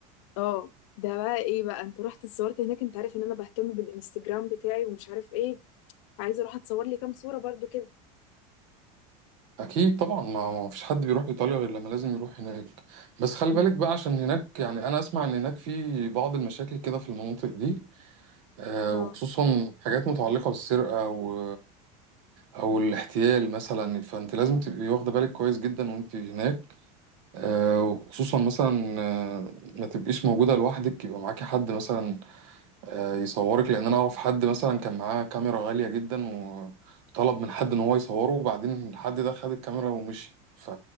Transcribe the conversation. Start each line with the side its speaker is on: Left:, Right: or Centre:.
Left: اه ده بقى ايه بقى انت رحت اتصورت هناك انت عارف ان انا بهتم بالانستجرام بتاعي ومش عارف ايه عايزه اروح اتصور لي كام صوره برضو كده
Right: اكيد طبعا ما ما فيش حد بيروح ايطاليا غير لما لازم يروح هناك بس خلي
Left: مم.
Right: بالك بقى عشان هناك يعني انا اسمع ان هناك في بعض المشاكل كده في المناطق دي آه،
Left: اه
Right: وخصوصا حاجات متعلقة بالسرقة و او الاحتيال مثلا فانت لازم تبقي واخدة بالك كويس جدا وانت هناك آه، وخصوصا مثلا آه، ما تبقيش موجودة لوحدك يبقى معاكي حد مثلا آه، يصورك لان انا اعرف حد مثلا كان معاه كاميرا غالية جدا و طلب من حد ان هو يصوره وبعدين الحد ده خد الكاميرا ومشي ف